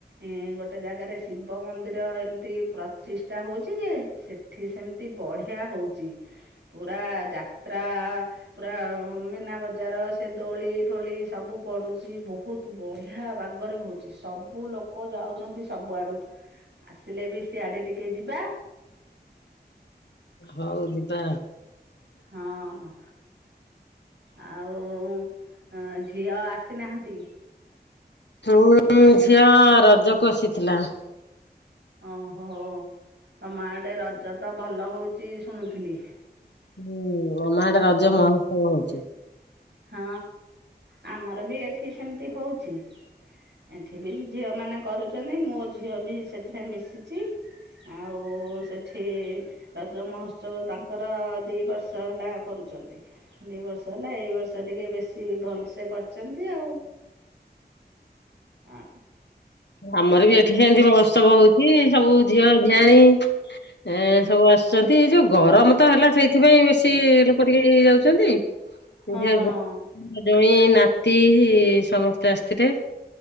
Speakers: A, on the right; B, on the left.
A: ଏଁ ଗୋଟେ ଜାଗାରେ ଶିବ ମନ୍ଦିର ଏମିତି ପ୍ରଚିଷ୍ଟା ହଉଛି ଯେ ଏଠି ସେମିତି ବଢ଼ିଆ ହଉଛି ପୁରା ଯାତ୍ରା ପୁରା ମୀନା ବଜାର ସେ ଦୋଳି ଫୋଳି ସବୁ ପଡୁଛି ବହୁତ। ତୁ ବଢିଆ ବାଗରେ ହଉଚି ସବ ବୁ ଲୋକ ଯାଉଚନ୍ତି ସବୁଆଡ଼ୁ, ଆସିଲେ ବି ସିଆଡ଼େ ଟିକେ ଯିବା।
B: ହଉ ଯିବା।
A: ହଁ, ଆଉ ଅଁ, ଝିଅ ଆସି ନାହାନ୍ତି?
B: <inaudible> ଝିଅ ରଜକୁ ଆସିଥିଲା।
A: ଓହୋ, ତୋମ ଆଡେ ରଜ ତ ଭଲ ହଉଚି ଶୁଣୁଥିଲି।
B: ହୁଁ, ଆମ ଆଡେ ରଜ ମହୋତ୍ସବ ହଉଚି।
A: ହଁ ଆମର ବି ଏଠି ସେମିତି ହଉଛି। ଏଠି ବି ଝିଅମାନେ କରୁଛନ୍ତି, ମୋ ଝିଅ ବି ସେଥିରେ ମିଶିଛି। ଆଉ ସେ ଠି ରଜ ମହୋତ୍ସବ ତାଙ୍କର ଦି ବର୍ଷ ହେଲା କରୁଚନ୍ତି। ଦି ବର୍ଷ ହେଲା, ଏଇ ବର୍ଷ ତ ଟିକେ ବେଶୀ ଭଲସେ କରିଛନ୍ତି ଆଉ। ଆଉ
B: ଆମର ବି ଏଠି ସେମତି ମହୋତ୍ସବ ହଉଛି। ସବୁ ଝିଅ ଝିଆଣି ଏ ସବୁ ଆସଛନ୍ତି। ଏଇ ଯୋଉ ଗରମ ତ ହେଲା ସେଇଥିପାଇଁ ବେଶୀ ଲୋକ ଟିକେ ଏ ଯାଉଛନ୍ତି।
A: ହଁ
B: ଝିଅକୁ ଜଇଁ, ନାତି ସମସ୍ତେ ଆସିଥିଲେ।